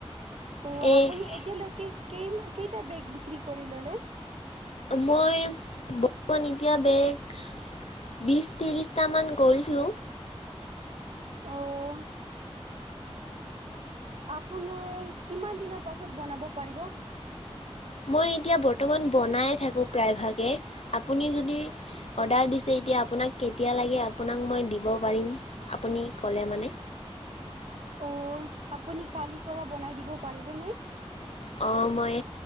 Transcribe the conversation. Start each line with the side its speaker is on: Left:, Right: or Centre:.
Right: অ',
Left: এ
Right: আপুনি এতিয়ালৈকে কেইম, কেইটা বেগ বিক্ৰী কৰি ল'লে?
Left: মই বৰ্তমান এতিয়া বেগ বিছ-ত্ৰিছটামান কৰিছোঁ।
Right: অ', আপোনাৰ কিমান দিনৰ পাছত বনাব পাৰিব?
Left: মই এতিয়া বৰ্তমান বনাই থাকো প্ৰায়ভাগে আপুনি যদি অৰ্ডাৰ দিছে এতিয়া আপোনাক কেতিয়া লাগে আপোনাক মই দিব পাৰিম আপুনি ক'লে মানে।
Right: অ', আপুনি কালিৰ পৰা বনাই দিব পাৰিবনে?
Left: অ মই